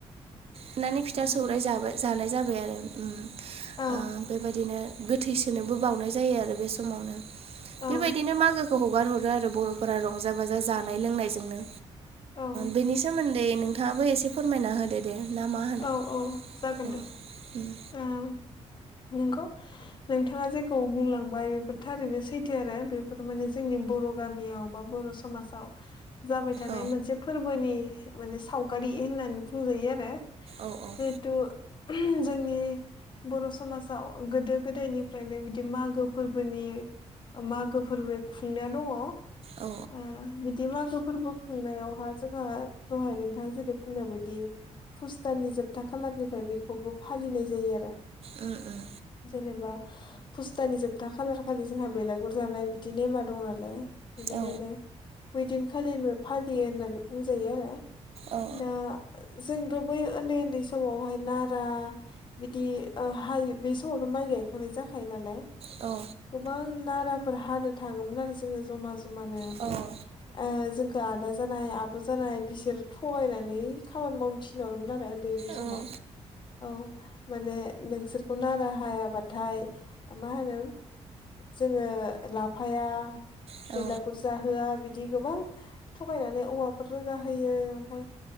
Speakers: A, on the right; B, on the left.
A: देनानै फिथा सौराइ
B: नंगौ
A: जाबाय जानाय जाबाय आरो उम
B: औ
A: ओ बेबायदिनो गोथैसोनोबो बावनाय जायो आरो बे समावनो
B: औ
A: बेबायदिनो मागो खौ हगार हरो आरो बर'फोरा रंजा बाजा जानाय लोंनायजोंनो
B: औ
A: बेनि ओ सोमोन्दै दे नोंथाङाबो एसे फोरमायना होदो दे ना मा होनो
B: औ औ जागोन
A: अ
B: दे
A: उम
B: ओं नोंगौ नोंथाङा जेखौ बुंलांबाय बेफोर थारैनो सैथो आरो बे फोर माने जोंनि बर' गामियाव बा बर' समाजाव जाबाय थानाय
A: औ
B: मोनसे फोरबोनि माने सावगारि होननानै बुंजायो आरो
A: औ औ
B: जिहेथु जोंनि बर' समाजाव गोदो गोदायनिफ्रायनो बिदि मागो फोरबोनि मागो फोरबो खुंनायाव दङ ओ
A: औ
B: दि मागो फोरबो खुंनायावहा जोंहा दहाय नोंथाङा जेरै बुंनायबायदि फुस दाननि जोबथा खालारनिफ्राय बेखौबो फालिनाय जायो आरो
A: उम उम
B: जेनेबा फुस दाननि जोबथा खालार खालि जोंहा बेलागुर जानाय बिदि नेमा दं नालाय बेनिखायनो
A: औ
B: बैदिनखालिनिबो फालियो होननानै बुंजायो आरो
A: औ
B: दा जोंथ बै उन्दै उन्दै समावहाय नारा बिदि हायो बे समावथ माइ गायखांनाय जाखायो नालाय
A: औ
B: गोबां नाराफोर हानो थाङोमोन आरो जोङो जमा जमानो ओमफ्राय
A: आतसा
B: जोंखौ आदा जानाय आब जानाय बिसोर थगायनानै खाव थिनहरोमोन आरो उन्दै उन्दै समाव
A: आतसा
B: औ माने नोंसोरखौ नारा हायाबाथाय मा होनो जोङो लाफाया
A: औ
B: बेलागुर जाहोआ बिदि गोबां थगायनानै औवाफोर रोगा होयो ओमफ्राय